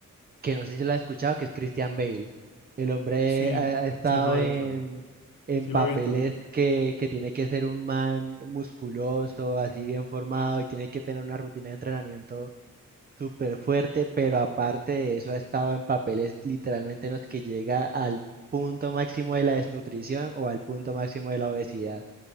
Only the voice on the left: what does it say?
Sí,
sí lo
he hecho,
sí
lo he visto.